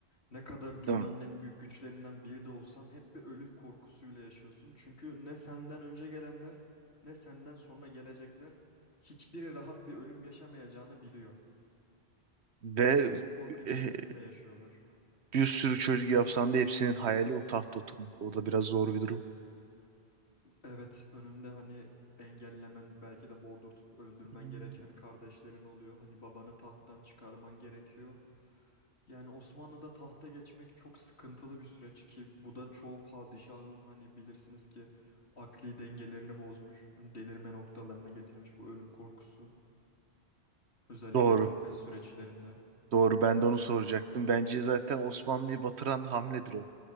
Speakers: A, on the left; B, on the right.
A: Ne kadar dünyanın
B: Değil mi?
A: en büyük güçlerinden biri de olsan hep bir ölüm korkusuyla yaşıyorsun. Çünkü ne senden önce gelenler ne senden sonra gelecekler hiçbiri rahat bir ölüm yaşamayacağını biliyor.
B: Ve
A: Hepsi bu korku içerisinde
B: e,
A: yaşıyorlar.
B: bir sürü çocuk yapsan da hepsinin hayali o tahta oturmak. Orada biraz zor bir durum.
A: Evet, önünde hani engellemen belki de boğdurtup öldürmen
B: Hmm.
A: gereken kardeşlerin oluyor. Hani babanı tahttan çıkarman gerekiyor. Yani Osmanlı'da tahta geçmek çok sıkıntılı bir süreç ki bu da çoğu padişahın hani bilirsiniz ki akli dengelerini bozmuş. Hani delirme noktalarına getirmiş bu ölüm korkusu. Özellikle
B: Doğru.
A: kafes süreçlerinde.
B: Doğru. Ben de onu soracaktım. Bence zaten Osmanlı'yı batıran hamledir o.